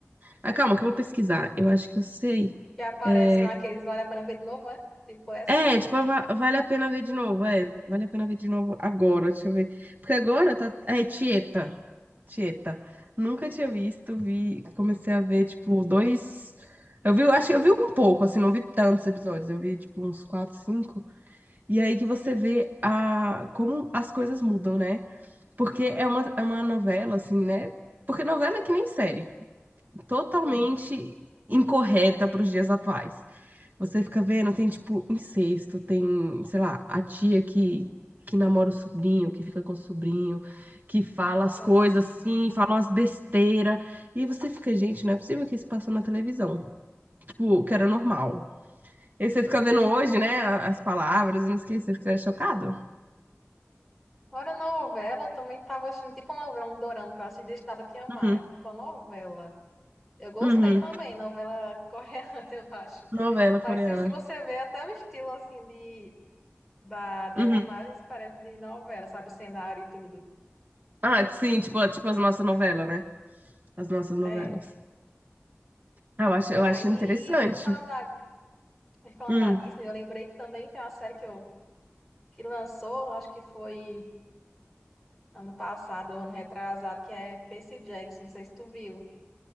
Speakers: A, on the right; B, in the centre.
A: Ah, calma, que eu vou pesquisar. Eu acho que eu sei.
B: Que aparece
A: É,
B: naqueles Vale a Pena Ver de Novo, é? Tipo essas?
A: é, tipo, va- vale a pena ver de novo. É, vale a pena ver de novo agora. Deixa eu ver. Porque agora tá. Ah, É Tieta. Tieta. Nunca tinha visto, vi, comecei a ver, tipo, dois. Eu vi, eu acho que eu vi um pouco, assim, não vi tantos episódios, eu vi, tipo, uns quatro, cinco. E aí que você vê a, como as coisas mudam, né? Porque é uma, é uma novela, assim, né? Porque novela é que nem série totalmente
B: Sim.
A: incorreta para os dias atuais. Você fica vendo, tem tipo incesto, tem, sei lá, a tia que, que namora o sobrinho, que fica com o sobrinho, que fala as
B: Nossa.
A: coisas assim, fala umas besteiras. E aí você fica, gente, não é possível que isso passou na televisão. Tipo, que era normal. E aí você fica vendo hoje, né, a- as palavras, e não esquece, você fica chocado.
B: Fora novela, eu também tava assistindo tipo uma novela, um dorama que eu assisti desde nada que amar,
A: Uhum,
B: tipo a novela. Eu gostei
A: uhum.
B: também, novela coreana, <laughs> eu acho.
A: Novela
B: Parece,
A: coreana.
B: se você vê até o estilo, assim, de, da, das
A: Uhum.
B: imagens, parece de novela, sabe? O cenário e tudo.
A: Ah, sim, tipo, tipo as nossas novelas, né? As nossas novelas.
B: É.
A: Ah, Eu acho, eu
B: Aí,
A: acho interessante.
B: e falando da, e falando
A: Hum.
B: da Disney, eu lembrei que também tem uma série que, eu, que lançou, acho que foi ano passado, ou ano retrasado, que é Percy Jackson, não sei se tu viu.